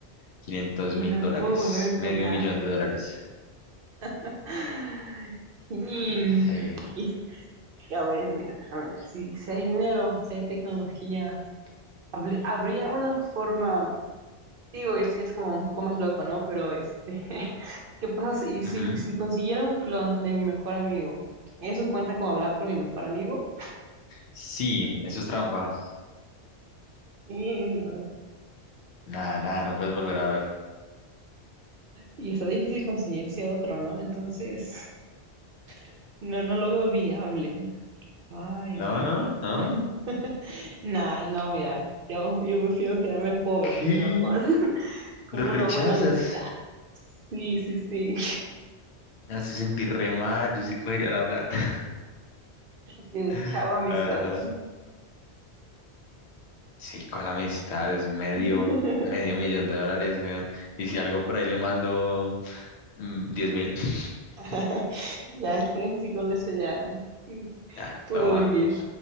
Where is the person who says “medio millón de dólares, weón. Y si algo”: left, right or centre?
Left